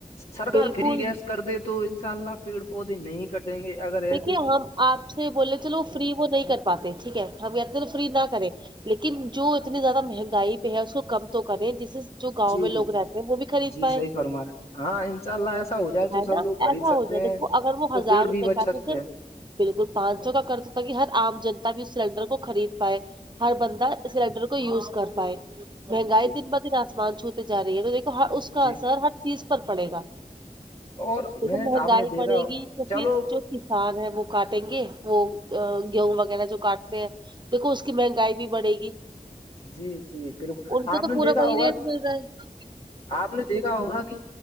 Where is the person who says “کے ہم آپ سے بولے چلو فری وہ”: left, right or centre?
Right